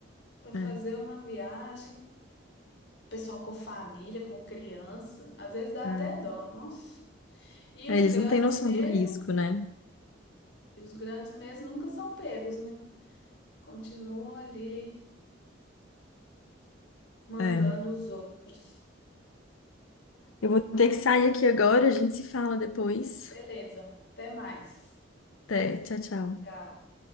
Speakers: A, on the left; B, on the left.
A: para fazer
B: É,
A: uma viagem pessoal com família, com criança, às vezes dá
B: é.
A: até dó, nossa. E
B: É,
A: os
B: Eles
A: grandes
B: não têm noção
A: mesmo,
B: do risco, né?
A: e os grandes mesmo nunca são pegos, né? Continuam ali mandando
B: É.
A: os outros.
B: Eu vou ter que sair aqui agora, a gente se fala depois.
A: Beleza, até mais.
B: Até, tchau, tchau.
A: Tchau.